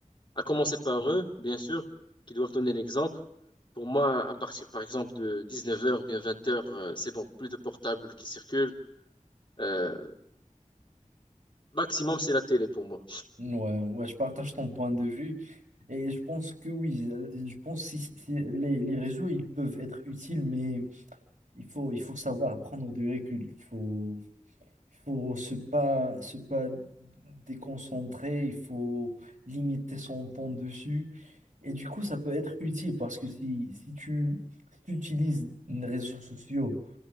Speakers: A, on the left (about 40°); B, on the right (about 80°).
A: à commencer par eux, bien sûr, qui doivent donner l'exemple. Pour moi, à partir, par exemple, de 19 heures, bien 20 heures, euh, c'est bon, plus de portables qui circulent. Euh, Maximum, c'est la télé pour moi.
B: ouais, ouais, je partage ton point de vue. Et je pense que oui, euh, je pense si, si les, les réseaux, ils peuvent être utiles, mais il faut, il faut savoir prendre du recul. Il faut, Il faut se pas, se pas déconcentrer, il faut limiter son temps dessus. Et du coup, ça peut être utile parce que si, si tu, si tu utilises les réseaux sociaux